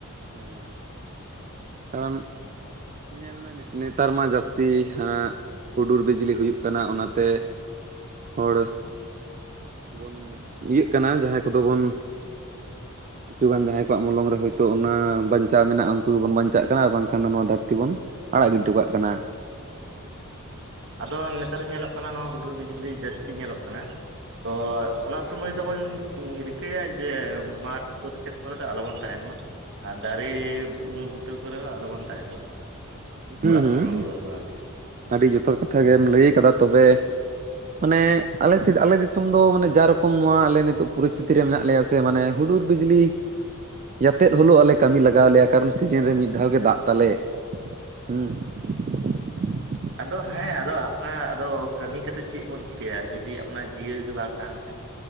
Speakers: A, on the right; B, on the right.
A: ᱦᱮᱸ ᱠᱚᱱ ᱧᱮᱞ ᱢᱮ ᱱᱮᱛᱟᱨ ᱢᱟ ᱡᱟᱹᱥᱛᱤ ᱦᱮᱸ ᱦᱩᱰᱩᱨ ᱵᱤᱡᱽᱞᱤ ᱦᱩᱭᱩᱜ ᱠᱟᱱᱟ ᱚᱱᱟᱛᱮ ᱦᱚᱲ ᱵᱚᱱ ᱤᱭᱟᱹᱜ ᱠᱟᱱᱟ ᱡᱟᱦᱟᱸᱭ ᱠᱚᱫᱚ ᱵᱚᱱ ᱠᱤᱪᱷᱩ ᱜᱟᱱ ᱡᱟᱦᱟᱸᱭ ᱠᱚᱣᱟᱜ ᱢᱚᱞᱚᱝ ᱨᱮ ᱦᱚᱭᱛᱳ ᱚᱱᱟ ᱵᱟᱧᱪᱟᱣ ᱢᱮᱱᱟᱜᱼᱟ ᱩᱱᱠᱩ ᱫᱚᱵᱚᱱ ᱵᱟᱧᱪᱟᱜ ᱠᱟᱱᱟ ᱟᱨ ᱵᱟᱝ ᱠᱷᱟᱱ ᱫᱚ ᱱᱚᱣᱟ ᱫᱷᱟᱹᱨᱛᱤ ᱵᱚᱱ ᱟᱲᱟᱜ ᱜᱤᱰᱤᱴᱚ ᱠᱟᱜ ᱠᱟᱱᱟ
B: ᱦᱮᱸ ᱟᱫᱚ ᱱᱮᱛᱟᱨ ᱧᱮᱞᱚᱜ ᱠᱟᱱᱟ ᱱᱚᱣᱟ ᱦᱩᱰᱩᱨ ᱵᱤᱡᱽᱞᱤ ᱡᱟᱹᱥᱛᱤ ᱧᱮᱞᱚᱜ ᱠᱟᱱᱟ ᱛᱚ ᱚᱱᱟ ᱥᱚᱢᱚᱭ ᱫᱚᱵᱚᱱ ᱨᱤᱠᱟᱹᱭᱟ ᱡᱮ ᱢᱟᱴᱷ ᱵᱟᱹᱫᱽ ᱠᱷᱮᱛ ᱠᱚᱨᱮ ᱫᱚ ᱟᱞᱚ ᱵᱚᱱ ᱛᱟᱦᱮᱱ ᱢᱟ ᱟᱨ ᱫᱟᱨᱮ ᱩᱢᱩᱞ ᱵᱩᱴᱟᱹ ᱠᱚᱨᱮ ᱦᱚᱸ ᱟᱞᱚ ᱵᱚᱱ ᱛᱟᱦᱮᱱ ᱢᱟ
A: ᱦᱮᱸ
B: ᱚᱲᱟᱜ
A: ᱦᱮᱸ
B: ᱛᱮᱵᱚᱱ ᱨᱩᱣᱟᱹᱲ ᱢᱟ ᱟᱨᱠᱤ
A: ᱟᱹᱰᱤ ᱡᱚᱛᱷᱟᱛ ᱠᱟᱛᱷᱟ ᱜᱮᱢ ᱞᱟᱹᱭ ᱟᱠᱟᱫᱟ ᱛᱚᱵᱮ ᱢᱟᱱᱮ ᱟᱞᱮ ᱥᱮᱫ ᱟᱞᱮ ᱫᱤᱥᱚᱢ ᱫᱚ ᱢᱟᱱᱮ ᱡᱟ ᱨᱚᱠᱚᱢ ᱱᱚᱣᱟ ᱟᱞᱮ ᱱᱤᱛᱚᱜ ᱯᱚᱨᱤᱥᱛᱷᱤᱛᱤ ᱨᱮ ᱢᱮᱱᱟᱜ ᱞᱮᱭᱟ ᱛᱮ ᱢᱟᱱᱮ ᱦᱩᱰᱩᱨ ᱵᱤᱡᱽᱞᱤ ᱡᱟᱛᱮᱫ ᱦᱚᱞᱳᱜ ᱟᱞᱮ ᱠᱟᱹᱢᱤ ᱞᱟᱜᱟᱣ ᱞᱮᱭᱟ ᱠᱟᱨᱚᱱ ᱥᱤᱡᱤᱱ ᱨᱮ ᱢᱤᱫ ᱫᱷᱟᱣ ᱜᱮ ᱫᱟᱜ ᱛᱟᱞᱮ ᱦᱩᱸ <inaudible>
B: ᱟᱫᱚ ᱦᱮᱸ ᱟᱫᱚ ᱟᱯᱱᱟ ᱟᱫᱚ ᱠᱟᱹᱢᱤ ᱠᱟᱛᱮ ᱪᱮᱫ ᱵᱚᱱ ᱪᱤᱠᱟᱹᱭᱟ ᱡᱩᱫᱤ ᱟᱯᱱᱟᱜ ᱡᱤᱭᱟᱹᱜᱮ ᱵᱟᱝ ᱛᱟᱦᱮᱱ ᱠᱷᱟᱱ